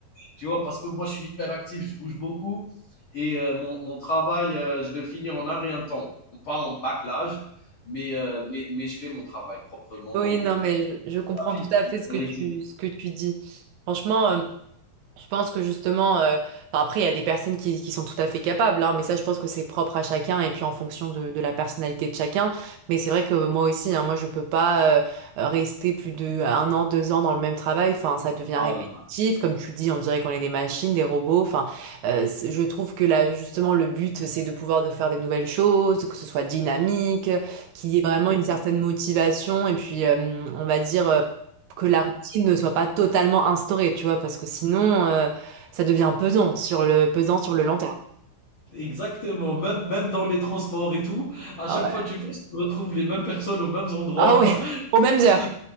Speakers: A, on the left; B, on the right.
A: Tu vois, parce que moi, je suis hyper actif, je bouge beaucoup. Et euh, mon, mon travail, euh, je le finis en un rien de temps. Pas en bâclage, mais, euh, mais, mais je fais mon travail proprement
B: Oui,
A: et
B: non,
A: euh,
B: mais je, je comprends
A: rapide
B: tout à fait ce
A: dans
B: que
A: l'exécution.
B: tu, ce que tu dis. Franchement, euh, Je pense que justement, euh, enfin, après, il y a des personnes qui, qui sont tout à fait capables, hein, mais ça, je pense que c'est propre à chacun et puis en fonction de, de la personnalité de chacun. Mais c'est vrai que moi aussi, hein, moi, je peux pas euh, rester plus de un an, deux ans dans le même travail. Enfin, ça devient
A: Voilà.
B: répétitif. Comme tu dis, on dirait qu'on est des machines, des robots. Enfin, euh, c'est- je trouve que là, justement, le but, c'est de pouvoir de faire des nouvelles choses, que ce soit dynamique, qu'il y ait vraiment une certaine motivation et puis, euh, on va dire. euh, que la routine ne soit pas totalement instaurée, tu vois, parce que sinon, euh, ça devient pesant sur le, pesant sur le long terme.
A: Exactement, même, même dans les transports et tout, à chaque
B: Ah ouais.
A: fois que tu passes, tu retrouves les mêmes personnes aux mêmes endroits.
B: Ah oui.
A: <laughs>
B: <laughs> aux mêmes heures,
A: Tu